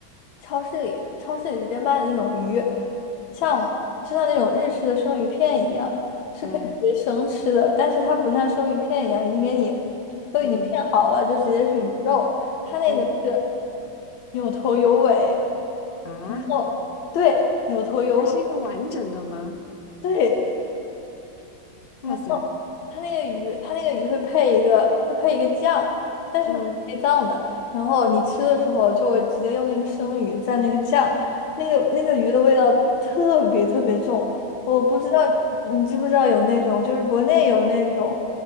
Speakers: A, on the left; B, on the left.
A: 超市里超市里直接卖的那种鱼，像就像那种日式的生鱼片一样，是可以直接生吃的，
B: 对，
A: 但是它不像生鱼片一样已经给你。都已经片好了，
B: 嗯
A: 就直接是鱼肉。
B: 嗯
A: 它那个是
B: 嗯，
A: 有头有尾，
B: 啊，
A: 然后对，有头有尾，
B: 还是一个完整的吗？
A: 对。
B: 哇塞，
A: 然后它那个鱼，它那个鱼会配一个会配一个酱，但是没内脏的。
B: 嗯
A: 然后你吃的时候就会直接用那个生鱼蘸那个酱，那个那个鱼的味道特别特别重。
B: 嗯
A: 我不知道你知不知道有那种，就是国内有那种，